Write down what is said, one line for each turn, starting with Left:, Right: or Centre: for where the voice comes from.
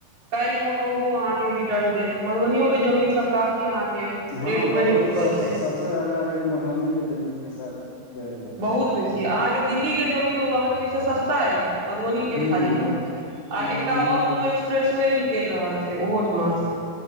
Right: काल्हि भऽ कऽ ओहो अहाँके रिटर्न देत मधुबनियोके जमीनसब काफी अहाँके
Left: हँ
Right: रेट
Left: बहुत
Right: बढ़ि चुकल
Left: सबस
Right: छै
Left: सबस जादा रेट मधुबनी के जमीन के हिसाब बढ़ि रहल
Right: बहुत बेसी अहाँके दिल्ली के जमीन ओ अहाँके ओहिसँ सस्ता अइ मधुबनी
Left: छै
Right: के
Left: हूँ
Right: फाजिल भऽ
Left: हूँ
Right: गेल छै आ
Left: मधुबनी
Right: एकटा और कोनो
Left: के
Right: एक्सप्रेसवे निकैल रहल छै ओहोठमन सँ